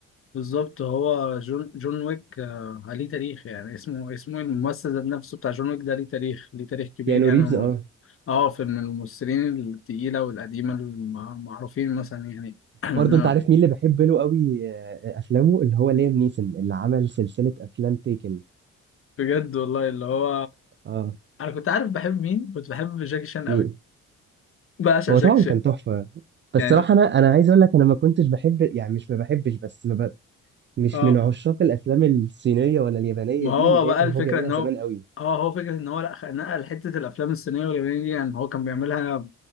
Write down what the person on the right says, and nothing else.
كيانو
ريفز اه
برضه
انت عارف مين اللي بحب له قوي آه، افلامه اللي هو ليام نيسون اللي عمل سلسله افلام تيكن
اه
مين
هو
طبعا
كان تحفه بس
صراحه
انا انا عايز اقول لك انا ما كنتش بحب يعني مش ما بحبش بس ما ب... مش
من عشاق الافلام الصينيه ولا اليابانيه
دي
اللي هي
كان
هو بيعملها
زمان قوي